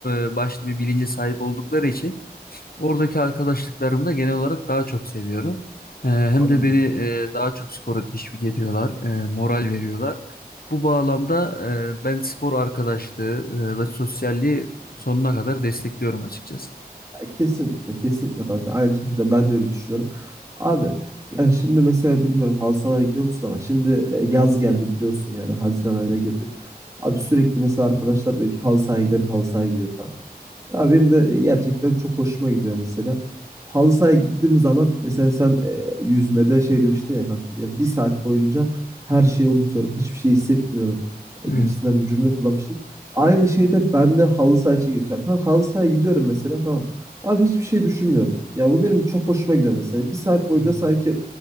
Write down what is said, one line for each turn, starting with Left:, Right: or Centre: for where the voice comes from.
Left: e, başlı bir bilince sahip oldukları için Oradaki arkadaşlıklarımı da genel olarak daha çok seviyorum. Ee, hem
Right: Anladım.
Left: de beni e, daha çok spora teşvik ediyorlar, e, moral veriyorlar. Bu bağlamda e, ben spor arkadaşlığı e, ve sosyalliği sonuna kadar destekliyorum açıkçası.
Right: Ya kesinlikle, kesinlikle kanka. Aynı şekilde ben de öyle düşünüyorum. Abi, yani şimdi mesela bilmiyorum halı sahalara gidiyor musun ama şimdi e, yaz geldi biliyorsun yani Haziran ayına gireceğiz. Abi sürekli mesela arkadaşlar diyor ki halı sahaya gidelim, halı sahaya gidelim kanka. Ya benim de e, gerçekten çok hoşuma gidiyor mesela. Halı sahaya gittiğim zaman mesela sen e, yüzmede şey demiştin ya kanka. Ya bir saat boyunca her şeyi unutuyorum, hiçbir şey hissetmiyorum e,
Left: Evet.
Right: gibisinden bir cümle kullanmıştın. Aynı şeyde ben de halı saha için geçer. Kanka halı sahaya gidiyorum mesela tamam. Abi hiçbir şey düşünmüyorum. Ya bu benim çok hoşuma gidiyor mesela. Bir saat boyunca
Left: Hmm,
Right: sanki